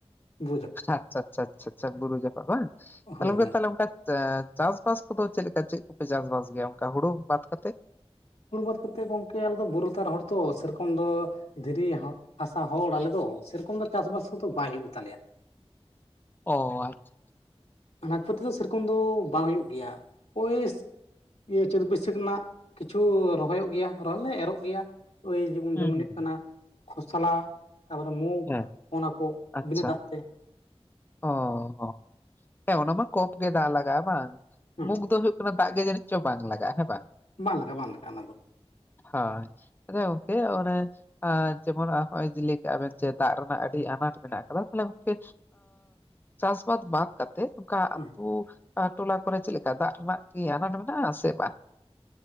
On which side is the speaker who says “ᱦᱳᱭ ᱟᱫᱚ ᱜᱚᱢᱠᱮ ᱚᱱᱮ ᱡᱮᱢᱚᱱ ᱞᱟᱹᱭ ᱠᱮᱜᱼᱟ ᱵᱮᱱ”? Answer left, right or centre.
Left